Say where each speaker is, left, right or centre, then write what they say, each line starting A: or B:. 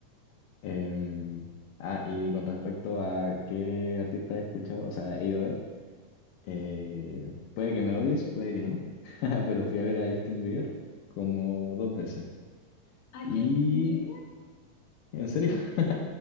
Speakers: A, on the left; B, on the left.
A: Em, ah, y con respecto a qué artista he escuchado, o sea, he ido a ver. Eh, puede que me odies, puede que no, <laughs> pero fui a ver a Justin Bieber como dos veces.
B: A
A: Y,
B: Justin Bieber
A: en serio,
B: en video.
A: <laughs>